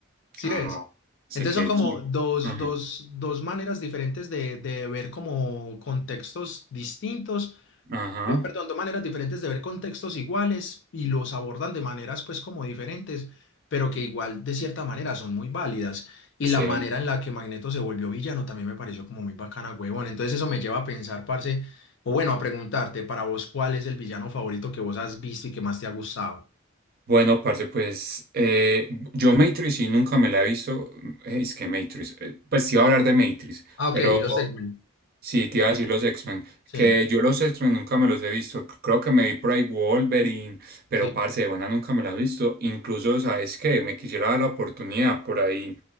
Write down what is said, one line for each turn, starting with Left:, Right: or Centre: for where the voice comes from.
Left: Sí
Right: Ah,
Left: ves.
Right: sí,
Left: Entonces
Right: qué
Left: son como
Right: chido.
Left: dos,
Right: Ajá.
Left: dos, dos maneras diferentes de, de ver como contextos distintos,
Right: Ajá.
Left: eh, perdón, dos maneras diferentes de ver contextos iguales y los abordan de maneras pues como diferentes, pero que igual de cierta manera son muy válidas. Y
Right: Sí.
Left: la manera en la que Magneto se volvió villano también me pareció como muy bacana, huevón. Entonces eso me lleva a pensar, parce, o bueno, a preguntarte para vos cuál es el villano favorito que vos has visto y que más te ha gustado.
Right: Bueno, parce, pues eh, yo Matrix sí nunca me la he visto. Eh, Es que Matrix, eh, pues te iba a hablar de Matrix,
Left: Ah, ok,
Right: pero
Left: y los X-Men.
Right: sí te iba a decir los X-Men.
Left: Sí,
Right: Que yo los X-Men nunca me los he visto. C- Creo que me vi por ahí Wolverine, pero
Left: sí,
Right: parce, de buena nunca me la he visto. Incluso, ¿sabes qué? Me quisiera dar la oportunidad por ahí.